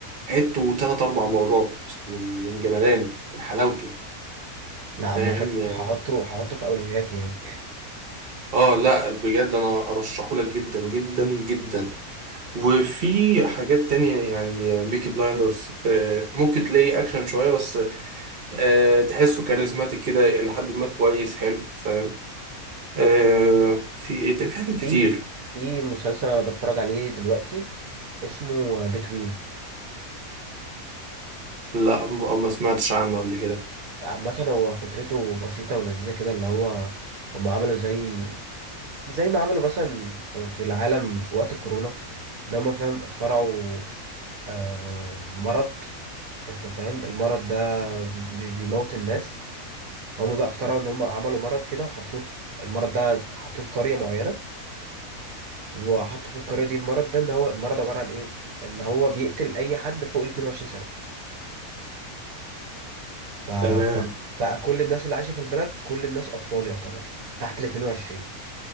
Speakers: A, on the right; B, on the right.
A: عدته ثلاث اربع مرات من من جمدانه من حلاوته
B: لا
A: فاهم
B: عامة
A: يعني
B: هحطه هحطه في اولوياتي يعني
A: اه لا بجد انا ارشحهولك جدا جدا جدا وفي حاجات تانية يعني بيكي بلايندرز آه، ممكن تلاقي اكشن شوية بس آه، تحسه كاريزماتيك كده الى حد ما كويس حلو فاهم آه، في ايه تاني؟ في حاجات كتير
B: في في مسلسل انا بتفرج عليه دلوقتي اسمه بتوين
A: لا ما ما سمعتش عنه قبل كده
B: عامة هو فكرته بسيطة ولذيذة كده اللي هو هم عملوا زي زي ما عملوا مثلا ف- في العالم في وقت الكورونا ان هم فاهم اخترعوا آه، مرض انت فاهم المرض ده بي- بيموت الناس هم بقى اخترعوا ان هم عملوا مرض كده وحطوه في المرض ده حطوه في قرية معينة وحطوا في القرية دي المرض ده ان هو المرض عبارة عن ايه ان هو بيقتل اي حد فوق ال 22 سنة فبقى
A: تمام
B: كل الناس اللي عايشة في البلد كل الناس أطفال يعتبر تحت ال 22